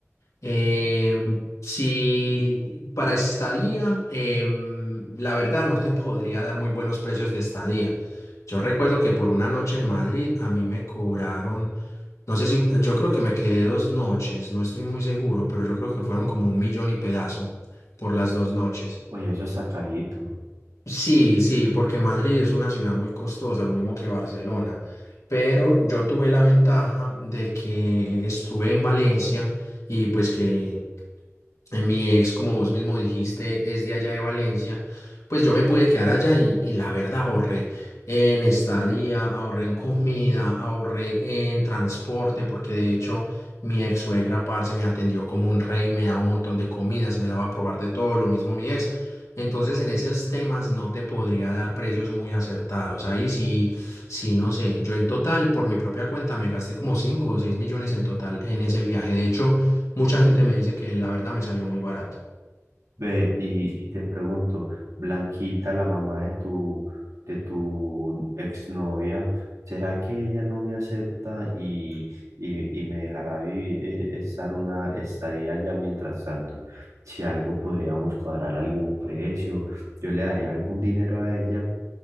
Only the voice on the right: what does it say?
Oye, eso está carito.
Ve, y, y te pregunto, Blanquita, la mamá de tu, de tu exnovia, ¿será que ella no me acepta y, y, y me dejará vivir, eh, estar una estadía allá mientras tanto? Si algo podríamos cuadrar algún precio, yo le daría algún dinero a ella